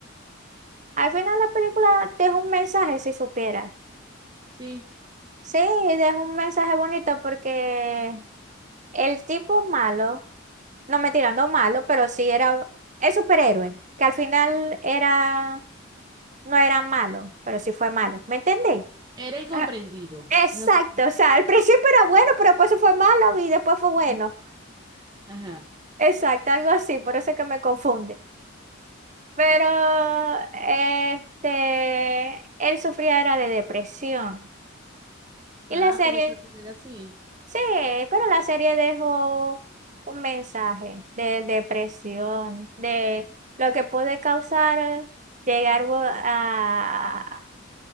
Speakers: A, on the right; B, on the right.
A: al final la película deja un mensaje, si supiera.
B: Sí,
A: Sí, deja un mensaje bonito porque el tipo malo, no me tirando malo, pero sí era, es superhéroe, que al final era, no era malo, pero sí fue malo. ¿Me entendéis?
B: era incomprendido.
A: Ah, Exacto,
B: Es lo-
A: o sea, al principio era bueno, pero después se fue malo y después fue bueno.
B: <laughs> Ajá.
A: Exacto, algo así, por eso es que me confunde. Pero
B: sí.
A: este, él sufría era de depresión. Y
B: Ah,
A: la serie,
B: por eso tú eres así.
A: sí, pero la serie dejó un mensaje de depresión, de lo que puede causar llegar vo- a,